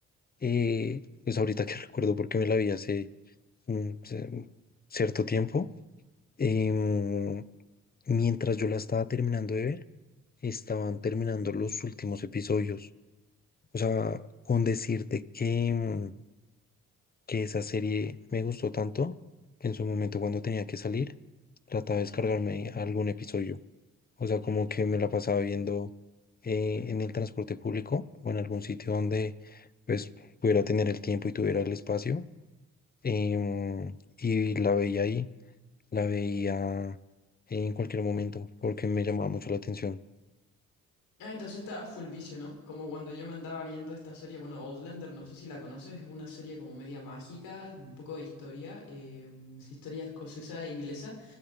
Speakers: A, on the left; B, on the left.
A: eh, pues ahorita que <laughs> recuerdo porque me la vi hace mm, ce- cierto tiempo. Em, mientras yo la estaba terminando de ver, estaban terminando los últimos episodios. O sea, con decirte que, mm, que esa serie me gustó tanto, que en su momento cuando tenía que salir, trataba de descargarme algún episodio. O sea, como que me la pasaba viendo eh, en el transporte público o en algún sitio donde pues pudiera tener el tiempo y tuviera el espacio em, y la veía ahí, la veía en cualquier momento porque me llamaba mucho la atención.
B: Ah, entonces estaba full vicio, ¿no? Como cuando yo me andaba viendo esta serie, bueno, Outlander, no sé si la conoces, es una serie como media mágica, un poco de historia, eh, es historia escocesa e inglesa,